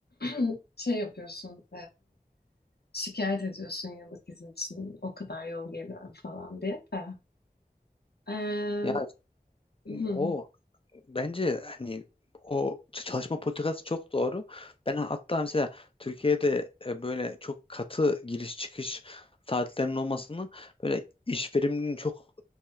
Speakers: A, on the left (about 75°); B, on the left (about 35°).
A: <clears throat> şey yapıyorsun şikayet ediyorsun yıllık izin için o kadar yol geliyorum falan diye de. Ee,
B: Ya
A: hı,
B: o Bence hani o ç- çalışma politikası çok doğru. Ben hatta mesela Türkiye'de e, böyle çok katı giriş çıkış saatlerinin olmasını böyle iş verimliliğinin çok